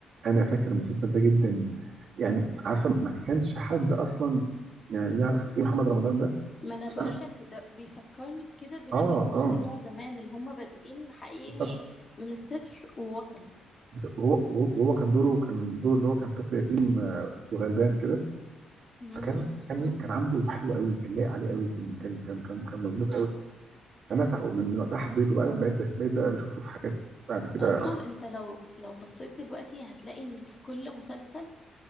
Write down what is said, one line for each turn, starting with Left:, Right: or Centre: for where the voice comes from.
Right: انا فاكر المسلسل ده جدا يعني عارفه ما كانش حد اصلا يعني يعرف ايه محمد رمضان ده
Left: ما انا
Right: انا
Left: بقول
Right: فاهم؟ فاكر
Left: لك ده بيفكرني بكده بالممثلين
Right: اه اه
Left: بتوع زمان اللي هم بادئين حقيقي
Right: بالظبط
Left: من من الصفر ووصلوا
Right: بس هو وهو كان دوره كان دوره اللي هو كان طفل يتيم آه، وغلبان كده
Left: امم
Right: فكان كان كان عامله حلو قوي كان لايق عليه قوي كان كان كان كان, كان مظبوط قوي فانا سع- من, من وقتها حبيته بقى بقيت بقيت بقى بشوفه في حاجات بعد كده
Left: اصلا انت لو لو بصيت دلوقتي هتلاقي ان في كل مسلسل